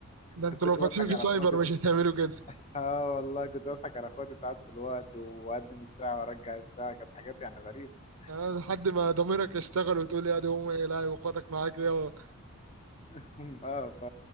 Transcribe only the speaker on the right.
ده انتوا
لو فاتحين
في
سايبر
مش
هتعملوا كده
يعني لحد ما ضميرك يشتغل وتقول يا دي امي لا واخواتك معاك يا